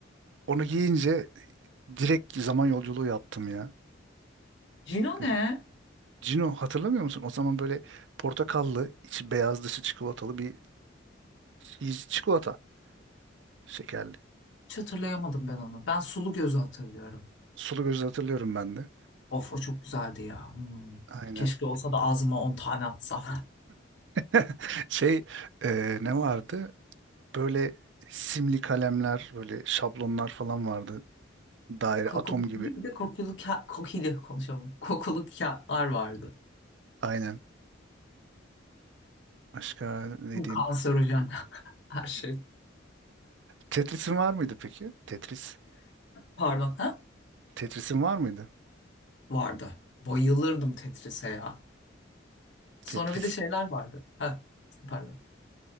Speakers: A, on the right; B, on the left.
A: Onu giyince direkt zaman yolculuğu yaptım ya.
B: Cino
A: Böyle
B: ne?
A: Cino hatırlamıyor musun? O zaman böyle portakallı, içi beyaz dışı çikolatalı bir e, çikolata şekerli.
B: Hiç hatırlayamadım ben onu. Ben Sulu Göz'ü hatırlıyorum.
A: Sulu Göz'ü hatırlıyorum ben de.
B: Of o çok güzeldi ya. Hmm.
A: Aynen.
B: Keşke olsa da ağzıma on tane atsam.
A: <laughs> Şey e, ne vardı? Böyle simli kalemler, böyle şablonlar falan vardı.
B: <laughs>
A: Daire,
B: Kokulu
A: atom gibi.
B: gibi bir de kokulu ka- kokili konuşalım. Kokulu kağıtlar vardı.
A: Aynen. Başka ne
B: Bu
A: diyeyim?
B: kanserojen <laughs> her şey.
A: Tetris'in var mıydı peki? Tetris.
B: Pardon ha?
A: Tetris'in var mıydı?
B: Vardı. Bayılırdım Tetris'e ya. Sonra
A: Tetris.
B: bir de şeyler vardı. Ha, pardon.